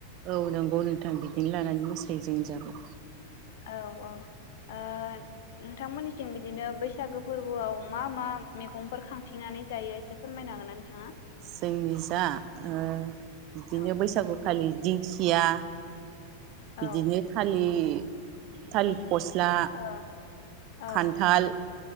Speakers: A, on the right; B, on the left.
A: औ नंगौ नोंथां बिदिनो लानानै मोसायो जोंनि जाबो।
B: औ औ ओ नोंथांमोननिथिं बिदिनो बैसागो फोरबोआव मा मा मैगंफोर खांथिंनानै जायो एसे फोरमायनो हागोन ना नोंथाङा?
A: जोंनि जा ओ बिदिनो
B: औ
A: बैसागुखालि दिंखिया बिदिनो
B: औ
A: थालिर थालि फस्ला,
B: औ औ
A: खानथाल